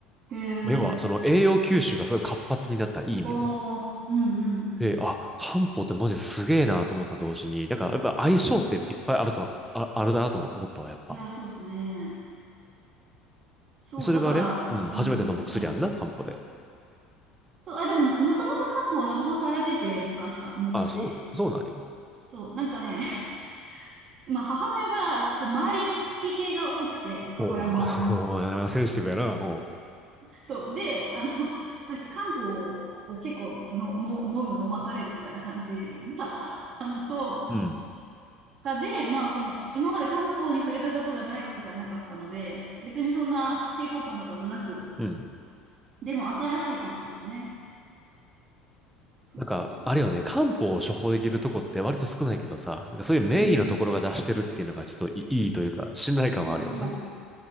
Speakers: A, on the right (about 40°); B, in the centre.
A: へえ。
B: 要はその栄養吸収がすごい活発になった、いい意味で。
A: おー、うんうん。
B: で、あ、漢方ってマジすげえなと思った同時に、なんかやっぱ相性っていっぱいあると、あ、あるだなとも思ったわ、やっぱ。
A: いや、そうですね。そう、
B: それはあれうん、
A: だから、
B: 初めて飲む薬あんな、
A: うん。はい。
B: 漢方で。
A: そう、あ、でも、もともと漢方は処方されてて、昔か、昔。
B: あ、そう、そうなんや。
A: そう、なんかね、<laughs> まあ、母親が、ちょっと周りにスピ系が多くて、母親の周りに。
B: おお、<laughs> なんかセンシティブやな、おう。
A: そう、で、あの、<laughs> なんか漢方を結構の、の、飲む、飲まされるみたいな感じが <laughs> あったのと、
B: うん、
A: かで、まあ、その、今まで漢方に触れたことがないわけじゃなかったので、別にそんな抵抗感とかもなく、
B: うん。
A: でも新しい漢方ですね。そうそうそう。
B: なんか、あれよね、漢方を処方できるとこって割と少ないけどさ、なんかそういう名医のところが出してるっていうのがちょっといいいというか、
A: うん。
B: 信頼感はあるよな。
A: いや、そう。